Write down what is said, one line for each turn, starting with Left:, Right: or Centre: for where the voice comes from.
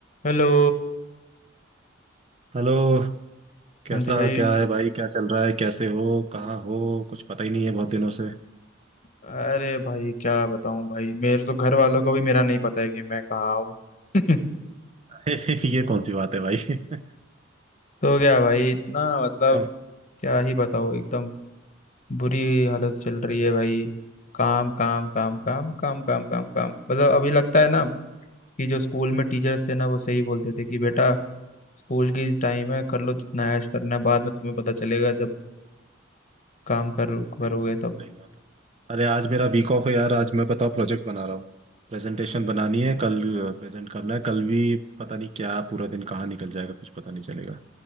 Left: Hello
Right: Hello कैसा
Left: हाँ जी भाई
Right: क्या है भाई क्या चल रहा है कैसे हो कहाँ हो कुछ पता ही नहीं है बहुत दिनों से
Left: अरे भाई क्या बताऊं भाई मेरे तो घर वालों को भी मेरा नहीं पता है कि मैं कहाँ हूँ <laughs>
Right: <laughs> ये कौन सी बात है भाई <laughs> हो
Left: तो क्या भाई इतना मतलब
Right: गया
Left: क्या ही बताओ एकदम बुरी हालत चल रही है भाई काम काम काम काम काम काम काम काम मतलब अभी लगता है ना कि जो स्कूल में टीचर्स थे ना वो सही बोलते थे कि बेटा स्कूल की टाइम है कर लो जितना ऐश करना है बाद में तुम्हें पता चलेगा जब काम कर करोगे
Right: सही बात है
Left: तब
Right: सही बात है अरे आज मेरा वीक ऑफ है यार आज मैं बताओ प्रोजेक्ट बना रहा हूँ प्रेजेंटेशन बनानी है कल प्रेजेंट करना है कल भी पता नहीं क्या पूरा दिन कहाँ निकल जाएगा कुछ पता नहीं चलेगा